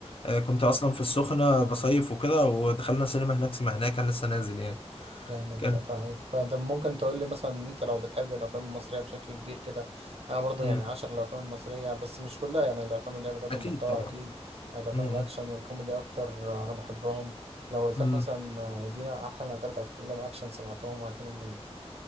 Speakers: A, on the left; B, on the right.
A: آه، كنت اصلا في السخنه بصيف وكده ودخلنا سينما هناك سمعناه كان لسه نازل يعني
B: جامد
A: كان
B: ده طيب طب ممكن تقول لي مثلا إن انت لو بتحب الافلام المصريه بشكل كبير كده انا برضو
A: مم.
B: يعني عاشق الافلام المصريه بس مش كلها يعني الافلام اللي هي بتقدم
A: اكيد
B: محتوى
A: طبعا
B: اكيد الافلام
A: مم.
B: الاكشن والكوميدي اكتر انا بحبهم لو قلت
A: مم.
B: لك مثلا ادينا احلى ثلاث افلام اكشن سمعتهم هيكونوا مين